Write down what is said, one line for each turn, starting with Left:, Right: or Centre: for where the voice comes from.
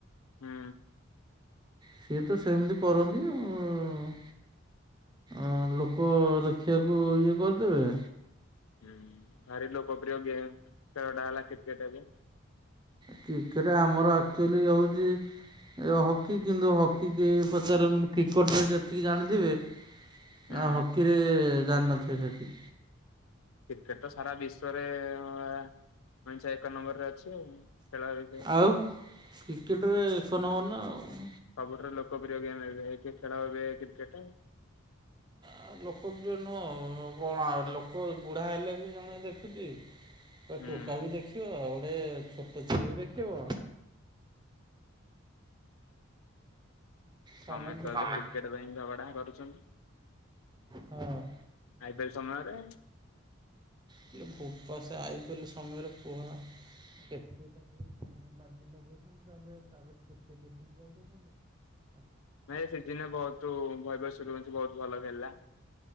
Left: ହୁଁ
Right: ସିଏ ତ ସେମିତି କରନ୍ତି ଆଉ ଆ ଲୋକ ଦେଖିବାକୁ ଇଏ କରିଦେବେ
Left: ହୁଁ ଭାର ଲୋକପ୍ରିୟ ଗେମ୍ ଖେଳଟା ହେଲା କ୍ରିକେଟ୍ ଏବେ
Right: କ୍ରିକେଟ ଆମର ଆକ୍ଚୁଆଲି ହଉଛି ଏ ହକି କିନ୍ତୁ ହକି କି ପଚାର କ୍ରିକେଟରେ ଯେତିକି ଜାଣିଥିବେ
Left: ହୁଁ
Right: ନା ହକିରେ ଜାଣିନଥିବ ସେଠି
Left: କ୍ରିକେଟ ତ ସାରା ବିଶ୍ଵରେଇଞ୍ଚ ଏକ ନମ୍ବରରେ ଅଛି ଆଉ ଖେଳ ବିଷୟରେ।
Right: ଆଉ କ୍ରିକେଟରେ ଏକ ନମ୍ବର ନା ଆଉ
Left: ସବୁଠାରୁ ଲୋକପ୍ରିୟ ଗେମ୍ ଏବେ କିଏ ଖେଳ ଏବେ କ୍ରିକେଟ୍
Right: ଆ ଲୋକ ବି ନୁହଁ କଣ ଆଉ ଲୋକ ବୁଢା ହେଲେ ବି ଜଣେ ଦେଖୁଛି
Left: ହୁଁ।
Right: ଟୋକା ବି ଦେଖିବ ଗୋଟେ ଛୋଟ ଛୁଆ ବି ଦେଖିବ ସମସ୍ତେ
Left: ତମେ ତ
Right: ଦେଖିବେ
Left: ଏବେ କ୍ରିକେଟ ପାଇଁ ଝଗଡା କରୁଛନ୍ତି
Right: ହଁ।
Left: ଆଇପିଏଲ ସମୟରେ
Right: ହେଲେ ଭୂପାସ ଆଇପାରିଲେ ସମୟରେ କୁହରା କେତେ ତା ମିଳେନ ଲଛନ୍ତି ଯ ତ କେେେ କର <inaudible>
Left: ନାଇ ସେଦିନ ବହୁତ ବବୈଭବସୁରର୍ୟବ୍ସିରଛି ବହୁତ ଭଲ ଖେଳିଲା